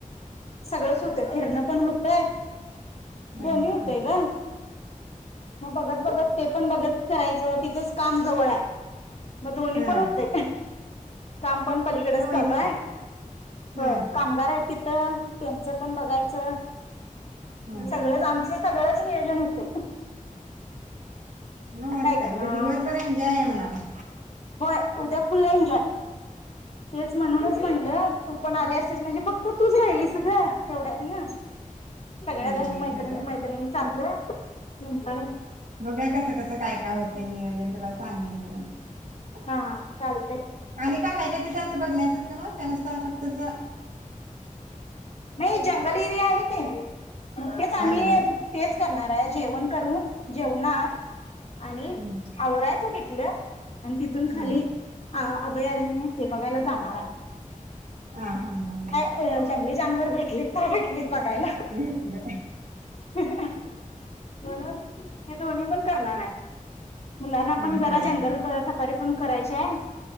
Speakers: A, on the left; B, on the right.
A: सगळंच होतय. फिरणं.. <unintelligible>
B: होयच
A: दोन्ही होतय
B: की
A: ग! म बघत बघत ते.. पन बघत करायच. तिथंच काम जवळ हाय. म दोन्ही
B: हा
A: पन होतय. काय? काम पण पलीकडेच
B: मग होयच
A: चालू हाय.
B: काय
A: हो,
B: हा
A: कामगार हायेत ती तं त्यांचं पन बगायचं.
B: हा
A: सगळंच आमचं सगळंच नियोजन होतय.
B: म मस्त
A: काय करणार
B: हाय. म्हणजे दिवाळीत पन एन्जॉय हाय म्हणावं.
A: होय. उद्या फुल एन्जॉय. तेच म्हणूनच म्हणलं, तू पण आली असतीस म्हणजे, फक्त तूच राहिलीस. <unintelligible> तेवढ्यात ना! सगळ्या
B: होय
A: जणी मैत्रिणी
B: खरं
A: मैत्रिणी चालल्या रिकामा ऑडिओ
B: बघूया कस कस काय काय होत नियोजन? तुला सांगन मी.
A: हा चालतंय
B: आणि काय हाय तिथं असं बगन्यासन? तवाच त्यांना सांग फक्त चा
A: नाही जंगल एरिया आहे कीं. <unintelligible>
B: हाय होय
A: तेच करनार. नाय जेवण करून, जेवणार.. आणि
B: हम्म.
A: आवरायचं तिथलं. आणि तिथून खाली
B: हा.
A: आ अभयारण हे बघायला जाणार आहे.
B: आ हा हं हं
A: अ जंगली जनावर भेट भेटले तर भेटले बघायला
B: भेटलं
A: म्हणून ते दोन्ही पण करणार आहे. मुलांना
B: हा
A: पण
B: हा
A: जरा जंगल प सफारी पण करायची हाय